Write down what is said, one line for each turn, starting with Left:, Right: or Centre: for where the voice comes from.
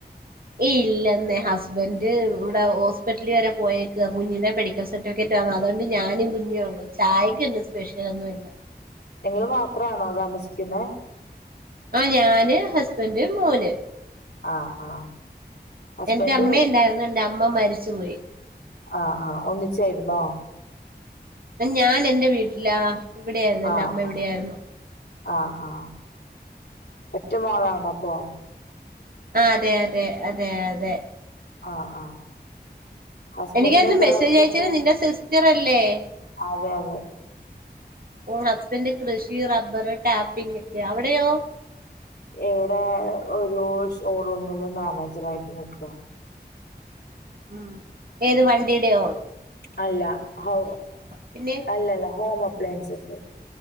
Right: ഇല്ലന്നെ ഹസ്ബന്‍ഡ് ഇവിടെ ഹോസ്പിറ്റല്‍ വരെ പോയേക്ക കുഞ്ഞിൻറെ മെഡിക്കൽ സർട്ടിഫിക്കറ്റ് <unintelligible> അതുകൊണ്ട് ഞാനും കുഞ്ഞേ ഉള്ളു ചായ ഇന്ന് സ്പെഷ്യൽ ഒന്നും ഇല്ല
Left: നിങ്ങള്‍ മാത്രമാണോ താമസിക്കുന്ന
Right: ആഹ് ഞാന്‍ ഹസ്ബന്‍ഡ് മോന്
Left: ആ ആ ഹസ്ബൻഡ്
Right: എന്റെ അമ്മ ഉണ്ടായിരുന്നു എന്റെ അമ്മ മരിച്ചുപോയി
Left: ആ ആ ഒന്നിച്ചായിരുന്നോ
Right: ഞാൻ എന്റെ വീട്ടിൽ ഇല്ല ഇവിടെയായിരുന്നു എന്റെ
Left: ആ
Right: അമ്മ
Left: ആ
Right: ഇവിടെയായിരുന്നു
Left: ആ ആ ഒറ്റ മോളാണോ
Right: ഉം
Left: അപ്പൊ
Right: ആ അതെ അതെ അതെ അതെ
Left: ആ ആ ഹസ്ബൻഡ്
Right: എനിക്ക് എന്നു
Left: എന്താ
Right: മെസ്സേജ്
Left: വർക്ക്
Right: അയച്ചല്
Left: അപ്പോ
Right: നിന്റെ സിസ് റ്ററല്ലേ
Left: അതെ അതെ
Right: ഓ ഹസ്ബൻഡ് കൃഷി റബ്ബർ ടാപ്പിങ് ഒക്കെയ അവിടെയോ
Left: എവിടെ ഒരു ഷോറൂമില് മാനേജർ ആയിട്ട് നിൽക്കുവ
Right: ഉം ഏത് വണ്ടിടെയോ
Left: അല്ല ഹ
Right: പിന്നെ
Left: അല്ലല്ല ഹോമ ലൈസൻസ്